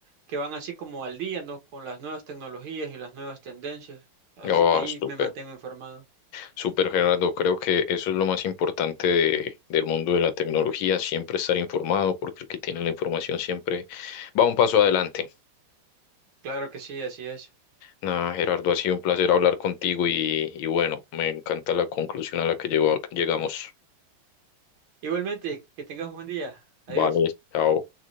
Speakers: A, on the right (about 75°); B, on the left (about 75°).
A: que van así como al día, ¿no? Con las nuevas tecnologías y las nuevas tendencias. Así
B: Oh,
A: que ahí
B: súper,
A: me mantengo informado.
B: súper Gerardo. Creo que eso es lo más importante de- del mundo de la tecnología, siempre estar informado, porque el que tiene la información siempre va un paso adelante.
A: Claro que sí, así es.
B: Nada, Gerardo, ha sido un placer hablar contigo y, y bueno, me encanta la conclusión a la que llegó- llegamos.
A: Igualmente, que tengas un buen día. Adiós.
B: Vale, chao.